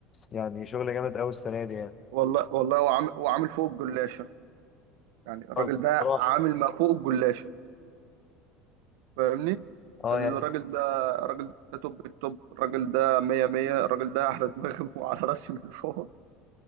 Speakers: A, on the left; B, on the right.
A: يعني شغل جامد قوي السنه دي يعني
B: والله والله وعامل وعامل فوق الجلاشه يعني الراجل
A: اه
B: ده
A: بصراحه
B: عامل ما فوق الجلاشه فاهمني
A: اه
B: الراجل
A: يعني
B: ده الراجل ده توب التوب الراجل ده مية مية الراجل ده على دماغي <laughs> وعلى راسي من فوق